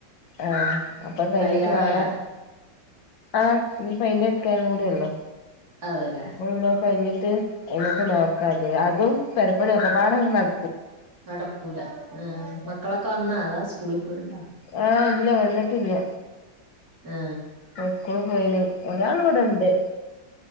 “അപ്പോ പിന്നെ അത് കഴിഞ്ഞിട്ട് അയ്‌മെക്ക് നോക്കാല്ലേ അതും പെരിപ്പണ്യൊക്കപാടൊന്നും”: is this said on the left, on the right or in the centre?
Left